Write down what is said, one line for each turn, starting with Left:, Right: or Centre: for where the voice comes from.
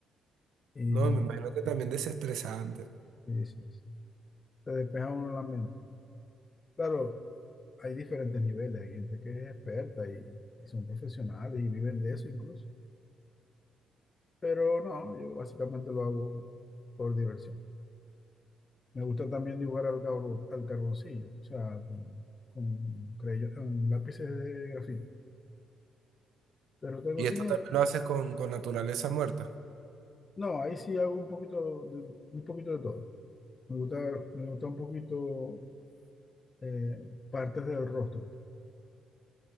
Left: Y
Right: No, me imagino que también desestresante.
Left: sí, sí, sí. Te despeja uno la mente. Claro, hay diferentes niveles, hay gente que es experta y, y son profesionales y viven de eso incluso. Pero no, yo básicamente lo hago por diversión. Me gusta también dibujar al, carbo- al carboncillo, o sea, con, con, crayo- con lápices de grafito. Pero tengo
Right: Y
Left: tiempo.
Right: esto también lo haces con, con naturaleza muerta.
Left: No, ahí sí hago un poquito de, un poquito de todo. Me gusta, me gusta un poquito eh, partes del rostro.